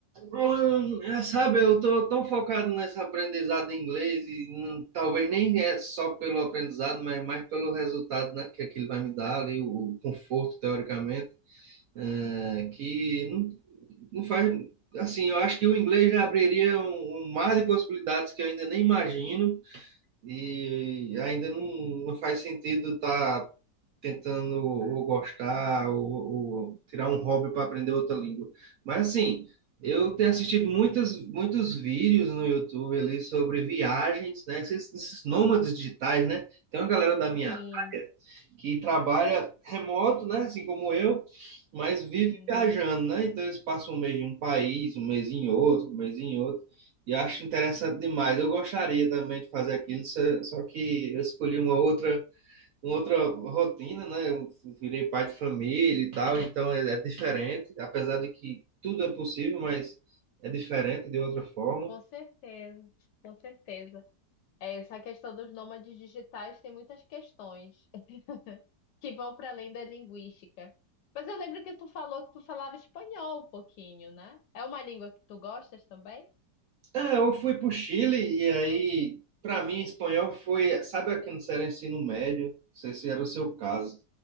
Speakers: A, on the right; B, on the left.
A: Eu- eu- Sabe, eu tô tão focado nesse aprendizado em inglês e hum, talvez nem é só pelo aprendizado, mas mais pelo resultado, né? Que aquilo vai me dar ali, o, o conforto, teoricamente, é, que não, não faz. Assim, eu acho que o inglês já abriria um, um mar de possibilidades que eu ainda nem imagino e ainda não, não faz sentido estar tentando ou gostar ou, ou tirar um hobby para aprender outra língua. Mas assim, eu tenho assistido muitas, muitos vídeos no YouTube ali sobre viagens, né? Esses, esses nômades digitais, né? Tem uma galera da minha
B: Sim,
A: área que trabalha remoto, né? Assim como eu, mas vive
B: sim,
A: viajando, né? Então eles passam um mês em um país, um mês em outro, um mês em outro. E eu acho interessante demais. Eu gostaria também de fazer aquilo, só só que eu escolhi uma outra uma outra rotina, né? Eu virei pai de família e tal, então é, é diferente, apesar de que tudo é possível, mas é diferente de outra forma.
B: com certeza, com certeza. É, Essa questão dos nômades digitais tem muitas questões <laughs> que vão para além da linguística. Mas eu lembro que tu falou que tu falava espanhol um pouquinho, né? É uma língua que tu gostas também?
A: Ah, eu fui para o Chile e aí, para mim, espanhol foi, sabe, aqui no era ensino médio, não sei se era o seu caso,